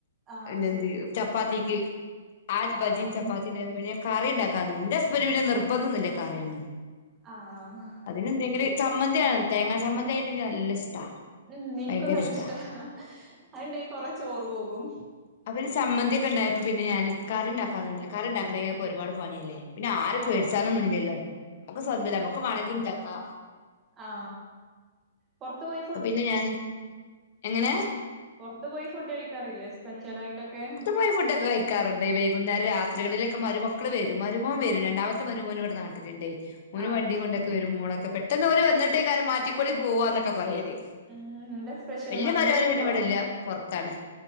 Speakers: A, on the right; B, on the left.
A: ആഹ്
B: പിന്നെന്ത്
A: അത് ശരി
B: ചപ്പാത്തിക്ക് ആ ബജിയും
A: ആഹ്
B: ചപ്പാത്തി ഉണ്ട പി കറി ഉണ്ടാക്കാ എന്റെ സ്പരിമന നിർബന്ധംന്നില്ലേ കറിയൊന്നും
A: ആഹ്
B: അതിനെന്തെങ്കിലും ചമ്മന്തിയാണ തേങ്ങാ ചമ്മന്തി ആയിണ്ടെങ്കിൽ നല്ല ഇഷ്ടാ
A: ഉം എനിക്കും
B: ഭയങ്കര
A: നല്ല
B: ഇഷ്ടാ
A: ഇഷ്ട അത്ണ്ടെ കൊറ ചോറ് പോകും
B: അപ്പ പിന്നെ ചമ്മന്തി ഒക്കെ ഉണ്ടായപ്പോ പിന്ന ഞാൻ കറി ഉണ്ടാക്കാൻന്നില്ല കറി ഉണ്ടാക്കണെൾെ ഒരുപാട്ണിയല്ലേ പിന്നെ ആര
A: ആഹ്
B: പേടിച്ചാനൊന്നും ഇല്ലല്ലോ നമുക്ക് സ്വന്തംമ നമ്മുക്ക് മാണേങ്കിൽ ഇ ഉണ്ടാക്കാ
A: ആ പുറത്തു പോയി
B: അപ്പൊ പിന്നെ ഞാന് എങ്ങനെയ
A: പുറത്ത് പോയി ഫുഡ് കഴിക്കാറില്ലേ സ്പെഷ്യൽ ആയിട്ടൊക്കെ
B: <unintelligible> കേക്കാറുണ്ട് വൈകുന്നേരം രാത്രികളിലൊക്കെ മരുമക്കൾ വരും മരുമോൻ വരും രണ്ടാമത്തെ മരുമോൻ ഇവിടെ നാട്ടിലുണ്ടെയ് ഒരു
A: ആഹ്
B: വണ്ടി
A: അത് ശരി
B: കൊണ്ടൊക്കെ വര മോളൊക്കെ പെട്ടെന്ന് അവര് വന്നിട്ടേ കാരം മാറ്റിക്കൊളി പോവാന്നൊക്കെ പറയേ
A: ഉം എന്താ സ്പെഷ്യല്
B: വല്യ
A: മന്തി
B: മരുഓന്
A: ആയിരിക്കോ?
B: പിന്നേപടല്ല പൊറത്താണ്